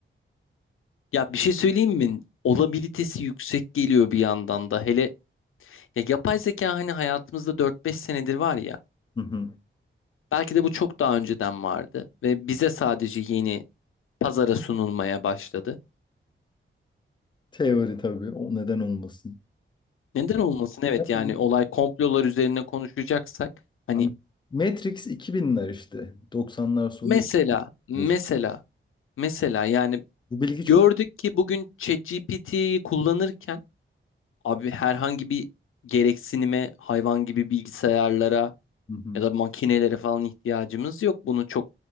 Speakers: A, on the left; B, on the left.
A: Ya bir şey söyleyeyim mi? Olabilitesi yüksek geliyor bir yandan da. Hele Ya yapay zeka hani hayatımızda dört beş senedir var ya.
B: Hı hı.
A: Belki de bu çok daha önceden vardı ve bize sadece yeni pazara sunulmaya başladı.
B: Teori tabii. O neden olmasın?
A: Neden olmasın? Evet
B: <laughs>
A: yani olay komplolar üzerine konuşacaksak hani
B: Ama Matrix 2000'ler işte. 90'lar sonu
A: mesela
B: ilkmiş.
A: mesela mesela yani
B: Bu bilgi çok...
A: gördük ki bugün ChatGPT'yi kullanırken abi herhangi bir gereksinime hayvan gibi bilgisayarlara
B: Hı hı.
A: ya da makinelere falan ihtiyacımız yok. Bunu çok